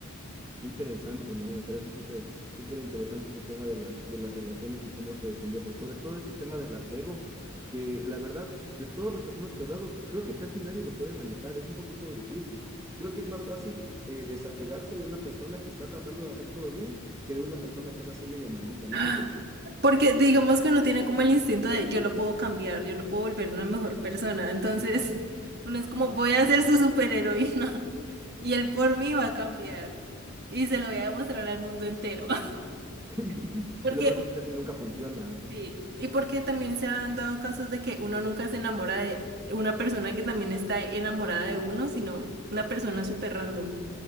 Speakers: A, on the right; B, on the right.
A: Qué interesante, ¿no? Me parece súper, súper interesante este tema de las, de las relaciones y cómo se desenvuelven. Sobre todo este tema del apego, que la verdad, de todas las personas que he hablado, creo que casi nadie lo puede manejar. Es un poquito difícil. Creo que es más fácil eh, desapegarse de una persona que está tratando de hacer todo bien que de una persona que es así media maldita. No
B: ¡Ah!
A: sé por qué.
B: Porque digamos que uno tiene como el instinto de yo lo puedo cambiar, yo lo puedo volver una mejor persona. Entonces, <laughs> uno es como voy a ser su superheroína <laughs> y él por mí va a cambiar y se lo voy a demostrar al mundo entero. <laughs>
A: <laughs>
B: Porque
A: Y lo peor es que casi nunca funciona. así,
B: Sí, y porque también se han dado casos de que uno nunca se enamora de una persona que también está enamorada de uno, sino una persona súper random.